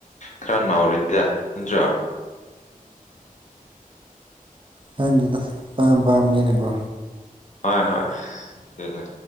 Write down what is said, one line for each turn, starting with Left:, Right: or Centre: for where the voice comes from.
Left: ꯈꯔ ꯧꯔꯤꯗ ꯅꯠꯇ꯭ꯔꯣ
Right: ꯍꯗꯤꯗ ꯄꯥꯝ ꯄꯥꯝꯅꯤꯅꯀꯣ
Left: ꯍꯣꯏ ꯍꯣꯏ ꯑꯗꯨꯅꯦ